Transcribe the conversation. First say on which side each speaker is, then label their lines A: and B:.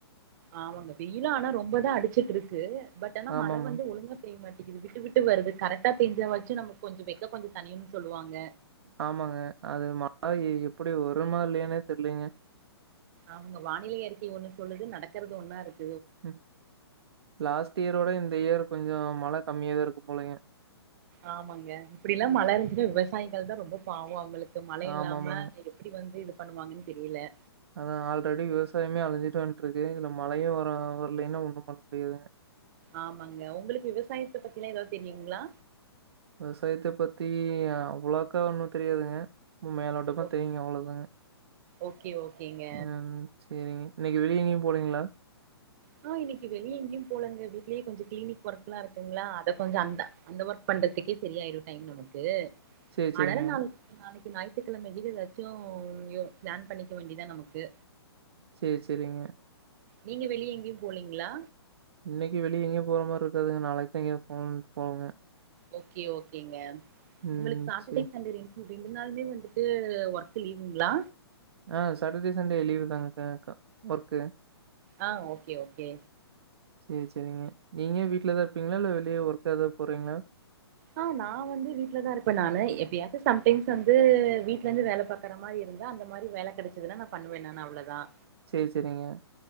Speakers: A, on the right; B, on the right.
A: ஆமாங்க வெயிலும் ஆனா ரொம்ப தான் அடிச்சுட்டு இருக்கு பட் ஆனா
B: ஆமாமாங்க.
A: மழ வந்து ஒழுங்கா பெய்ய மாட்டேங்குது இது விட்டு விட்டு வருது கரெக்டார பெஞ்சா வச்சும் நம்மக்கு வேக்கம் கொஞ்சம் தனியும்னு சொல்லுவாங்க
B: ஆமாங்க அது மாறிரி எப்டி வருமா இல்லையானே தெரியலீங்க
A: அவங்க வானிலை அறிக்கை ஒண்ணு சொல்லுது நடக்கறது ஒன்னா இருக்கு
B: ம் லாஸ்ட் இயரோட இந்த இயர் கொஞ்சோம் மழ கம்மியா தான் இருக்கும் போலங்க
A: ஆமாங்க இப்டிலாம் மழ இருந்துசுன்னா விவசாயிகள் தான் ரொம்ப பாவம் அவங்களுக்கு இந்த மழ இல்லாம
B: ஆமாமாங்க.
A: எப்படி வந்து இ பண்ணுவாங்கன்னு தெரியல
B: அதான் ஆல்ரெடி விவசாயமே அழிஞ்சிட்டு வந்துட்டு இருக்கு இதுல மழையும் வர வரலைன்னா ஒண்ணு பண்ண முடியாது
A: ஆமாங்க உங்களுக்கு விவசாயத்த பத்தி எதலாம் தெரியுங்களா
B: விவசாயத்த பத்தி அவ்வளோக்கா ஒன்னும் தெரியாதுங்க மேலோட்டமா
A: ஓ
B: தெரியுங்க அவ்ளோ தாங்க
A: ஓகே ஓகேங்க
B: ம் செரிங்க இன்னைக்கி வெளிய எங்கேயும் போலங்களா
A: ஆ இன்னைக்கி வெளிய எங்கயும் போலங்க வீட்லேயே கொஞ்சம் கிளினிக் ஒர்க்லாம் இருக்குங்களா அத கொஞ்சம் அந்த அந்த ஒர்க் பண்றதுக்கே சரியாயிரும் டைம் நமக்கு
B: சரி, சரிங்க.
A: அதான் நா நாளைக்கு ஞாயிற்றுக்கிழமை ஏதாச்சும் எங்யும் பிளான் பண்ணிக்க வேண்டியதான் நமக்கு
B: சேர் செரிங்க
A: நீங்க வெளிய எங்கியும் போலீங்ளா
B: இன்னைக்கி வெளியே எங்கே போற மாரி இருக்காதுங்க நாளைக்கு தான் எங்க போனு போவங்க
A: ஓகே ஓகேங்க
B: ம்
A: உங்களுக்கு சாட்டர்டே
B: செரி
A: சண்டே ரெண்டு ரெண்டு நாளுமே வந்துட்டு ஒர்க் லீவுங்களா
B: ஆ சாட்டர்டே சண்டே லீவ் தாங்க ஒர்க்
A: ஆ ஓகே ஓகே
B: சேரி செரிங்க நீங்க வீட்லதான் இருப்பீங்களா இல்ல வெளியே ஒர்க் ஏதாது போறீங்களா
A: ஆ நான் வந்து வீட்டு்லதான் இருப்பேன் நானு எப்பயாவுது சம்டைம்ஸ் வந்து வீட்டுல இருந்து வேல பாக்குற மாரி இருந்தா அந்த மாரி வேல கிடைச்சதுன்னா நான் பண்ணுவேன் நான் அவ்ளோதான்
B: சரி, சரிங்க.